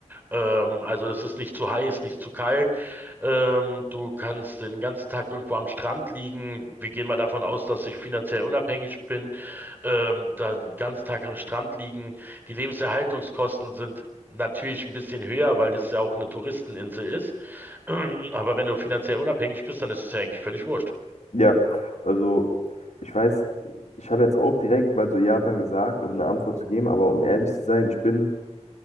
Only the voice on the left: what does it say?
Ja, also ich weiß, ich habe jetzt auch direkt mal so Japan gesagt, um eine Antwort zu geben, aber um ehrlich zu sein, ich bin